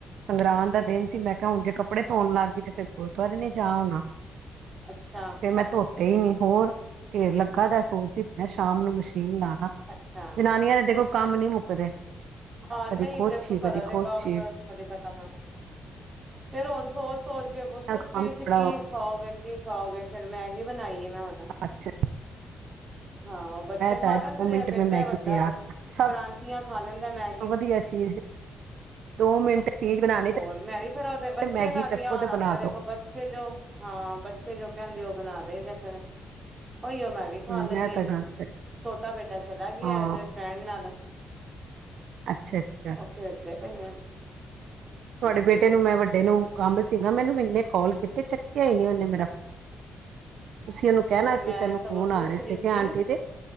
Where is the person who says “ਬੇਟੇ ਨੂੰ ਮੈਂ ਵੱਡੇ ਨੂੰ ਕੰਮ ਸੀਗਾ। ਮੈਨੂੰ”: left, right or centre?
Right